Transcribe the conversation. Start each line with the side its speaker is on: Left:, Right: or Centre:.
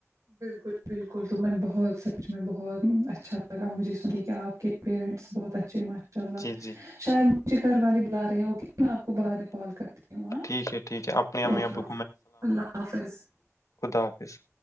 Right: بالکل بالکل تو میں بہت سچ میں بہت اچھا لگا مجھے سن کہ آپ کے پیرنٹس بہت اچھے ماشاء اللہ
Left: جی جی
Right: شاید مجھے گھر والے بلا رہے ہیں اوکے میں آپ کو بعد میں کال کرتی ہوں
Left: ٹھیک ہے ٹھیک ہے اپنے امی
Right: اوکے
Left: ابو
Right: اوکے اللہ حافظ
Left: خدافظ